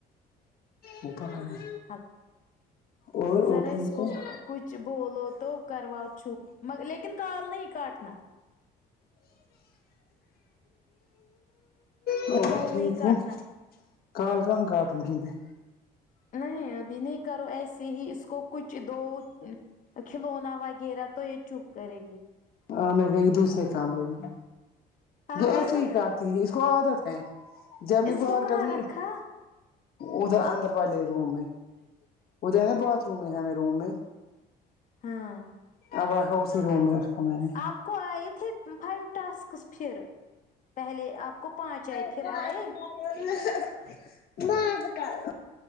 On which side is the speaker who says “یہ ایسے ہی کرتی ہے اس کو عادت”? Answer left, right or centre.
Left